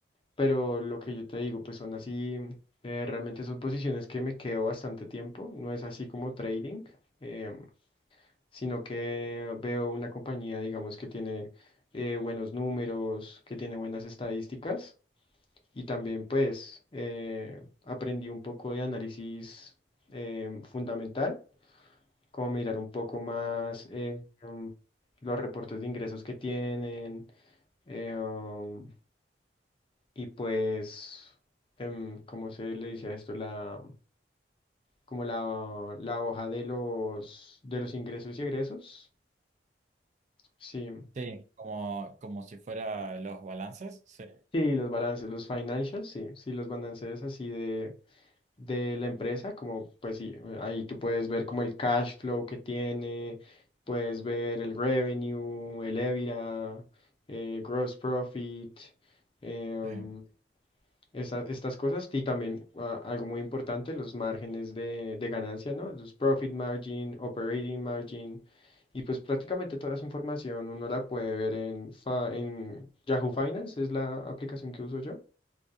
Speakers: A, on the left; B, on the right.
A: pero lo que yo te digo, pues son así, eh, realmente son posiciones que me quedo bastante tiempo, no es así como trading, em, sino que veo una compañía, digamos, que tiene eh, buenos números, que tiene buenas estadísticas y también pues eh, aprendí un poco de análisis em, fundamental, como mirar un poco más eh, em, los reportes de ingresos que tienen eh, um, y pues, em, ¿cómo se le dice a esto? La, como la, la hoja de los, de los ingresos y egresos. Sí,
B: Sí, como, como si fuera los balances. Sí,
A: sí, los balances, los financials, sí, sí, los balances así de de la empresa, como pues sí, ahí tú puedes ver como el cash flow que tiene, puedes ver el revenue, el EBITDA, eh, gross profit, em,
B: sí.
A: esa- estas cosas y también ah, algo muy importante, los márgenes de, de ganancia, ¿no? Los profit margin, operating margin y pues prácticamente toda esa información uno la puede ver en, fa- en Yahoo Finance, es la aplicación que uso yo